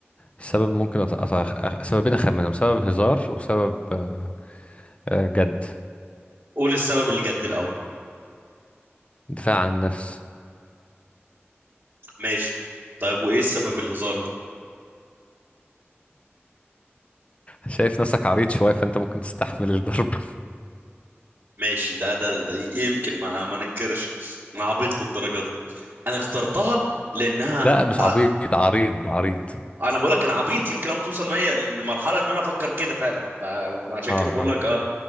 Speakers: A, on the left; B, on the right.
A: سبب ممكن أط... أط... أخ- سببين أخمنهم سبب هزار وسبب آه، آه، جد
B: قول السبب الجد الاول
A: دفاع عن النفس
B: ماشي طيب وايه السبب الهزار
A: شايف نفسك عريض شوية فأنت ممكن تستحمل الضرب
B: ماشي ده ده ده يمكن ما ما ننكرش انا عبيط للدرجه دي انا اخترتها لانها
A: <laughs> لا مش
B: اه
A: عبيط عريض عريض
B: انا بقول لك انا عبيط يمكن او توصل معايا لمرحله ان انا افكر كده فعلا ف- عشان
A: اه
B: كده بقول
A: اه
B: لك اه